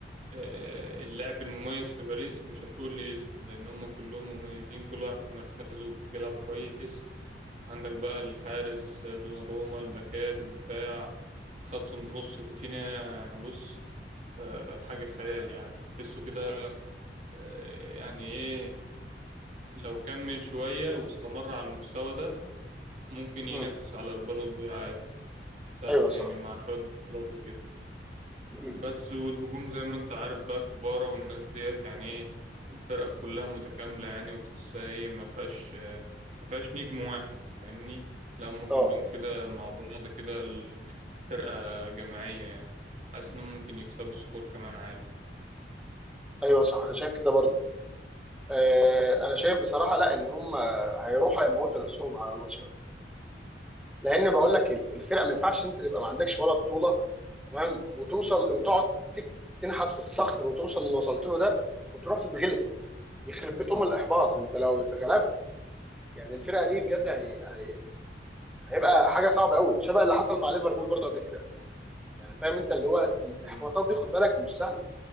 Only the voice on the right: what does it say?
آه، اللاعب المميز في باريس مش هتقول لي اسم لان هم كلهم مميزين كل واحد في مركزه بيلعب كويس عندك بقى الحارس آه، دوناروما الباكات الدفاع خط النص فيتينيا يعني بص آه، حاجة خيال يعني تحسه كده آه، يعني إيه لو كمل شوية واستمر على المستوى ده ممكن ينافس
على البالون دور عادي سهلة
يعني مع شوية بطولات وكده
بس والهجوم زي ما أنت عارف بقى كفارا والناس ديت يعني إيه الفرقة كلها متكاملة يعني وتحسها إيه ما فيهاش ما فيهاش نجم واحد فاهمني لو هم كلهم
كده مع بعض كده الفرقة جماعية يعني حاسس إنهم ممكن يكسبوا سكور كمان عالي
مم.